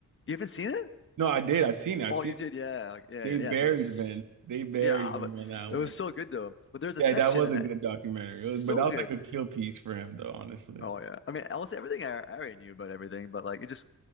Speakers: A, on the left (about 40°); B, on the right (about 80°).
A: You haven't seen it?
B: No, I did. I seen it. I've
A: Oh,
B: seen
A: you did,
B: it.
A: yeah, like, yeah,
B: They
A: yeah,
B: buried
A: yeah. It was,
B: Vince. They buried
A: yeah,
B: him
A: but
B: on that
A: it
B: one.
A: was so good though. But there's a
B: Yeah,
A: section
B: that was
A: in
B: a
A: that
B: good documentary. It was-
A: so
B: but that was
A: good.
B: like a kill piece for him, though, honestly.
A: Oh yeah, I mean, almost everything I, I already knew about everything, but like it just